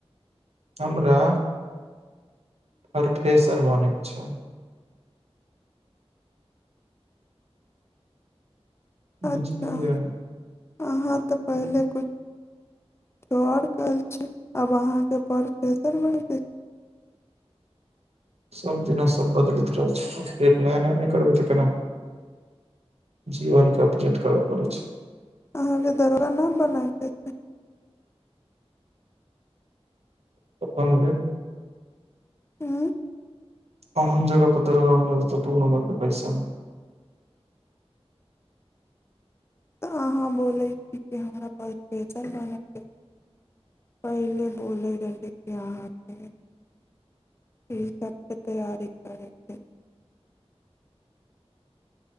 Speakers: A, on the right; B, on the left.
A: हमरा प्रोफेसर बनै अच्छा बुझलिए
B: अच्छा अहाँ तऽ पहिले कुछो आर कहैय छै आब अहाँके प्रोफेसर बनबै
A: सभ दिना सभ बदलैत रहै छैे नया नया नहि करबै तऽ केना हेतै जीवनके अपडेट करय पड़ै छै
B: अहाँके दरोगा न बनायके अछि
A: नै <unintelligible>
B: हूँ
A: ओन जगह पे दरोगा बनबै जतह दू नंबर के पैसा होइ
B: तऽ अहाँ बोलै छी कि हमरा प्रोफेसर बनैके पहिले बोलै रहली कि अहाँके इ सभके तैयारी करैके